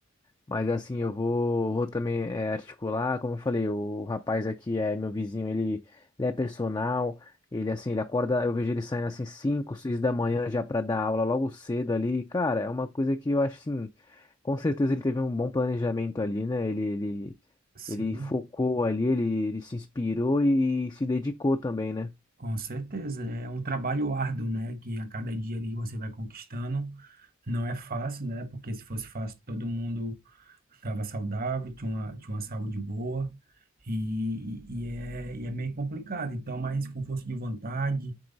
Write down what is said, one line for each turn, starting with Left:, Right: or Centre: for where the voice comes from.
Left: Mas assim, eu vou, vou também eh, articular, como eu falei, o rapaz aqui é meu vizinho, ele, ele é personal, ele assim, ele acorda, eu vejo ele saindo assim 5 6 da manhã já para dar aula logo cedo ali. Cara, é uma coisa que eu acho assim, com certeza ele teve um bom planejamento ali, né? Ele, ele,
Right: sim.
Left: ele focou ali, ele, ele se inspirou e se dedicou também, né?
Right: Com certeza, é um trabalho árduo, né, que a cada dia ali você vai conquistando. Não é fácil, né, porque se fosse fácil todo mundo estava saudável, tinha uma, tinha uma saúde boa e, e, é, e é meio complicado. Então, mas com força de vontade,